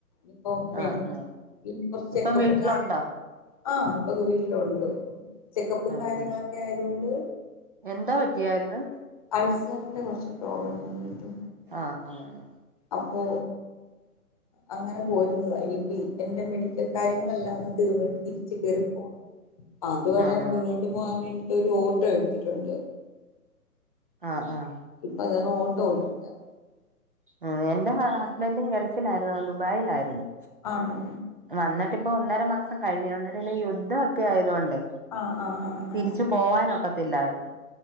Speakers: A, on the left; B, on the right.
A: ഇപ്പോ മേടിക്ക
B: ആഹ് ആഹ്
A: <unintelligible> കൊറച്ച് ചെക്കപ്പും
B: ഇപ്പം വീട്ടിലുണ്ടോ
A: കാര്യ <unintelligible> ആ ഇപ്പോ വീട്ടിലൊണ് പ്പം ചെക്കപ്പും
B: ആഹ്
A: കാര്യങ്ങളൊക്കെ
B: ആഹ്
A: ആയത് കൊണ്ട്
B: എന്താ പറ്റിയാര്ന്ന്
A: അൾസറിൻ്റെ കൊറച്ച് പ്രോബ്ലം കിട്ട്
B: ആഹ് ആഹ് ആഹ്
A: അപ്പോ അങ്ങനെ പോരുന്നതാ <unintelligible> ഇപ്പ എന്റെ മെഡിക്കൽ കാര്യങ്ങളെല്ലാം ഒന്ന് തീർന്നിട്ട് തിരിച്ച് കേറിപ്പോണം അത് വരെ
B: ആഹ്
A: മുന്നോട്ട് പോആൻ വേണ്ടി ഒരു ഓട്ടെ എടുത്തിട്ടുണ്ട്
B: ആഹ്ആഹ്
A: ഇപ്പതനെ ഓട്ടോ ഓട്ടിക്കാ
B: ആ എന്റെ ഹസ്ബൻറും ഗൾഫിലായിര്ന്നു ദുബായിലായിര്ന്നു
A: ആണോ
B: ആ ഇന്നട്ടിപ്പോ ഒന്നര മാസം കഴിഞ്ഞു ഒന്ന <unintelligible> ല്ല യുദ്ധം ഒക്കെ ആയതൊണ്ട്
A: ആഹ് ആഹ് ആഹ്
B: തിരിച്ചു
A: ആഹ്
B: പോവാനൊക്കെ ത്തില്ലായിരുന്നു